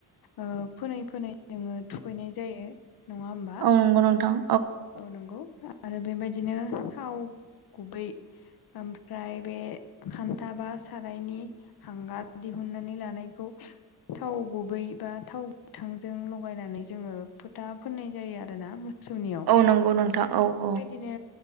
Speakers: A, on the left (about 75°); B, on the right (about 80°).
A: ओ फोनै फोनै जोङो थुखैनाय जायो। नङा होमबा
B: औ नंगौ नोंथां।
A: औ नंगौ आरो बेबायदिनो थाव गुबै ओमफ्राय बे खान्था बा सारायनि हांगार दि उनानै लानायखौ थाव गुबै बा थाव गोथांजों लगायनानै जोङो फोथा फोननाय जायो आरोना मोसौनि बेबायदिनो
B: औ नंगौ नोंथां औ औ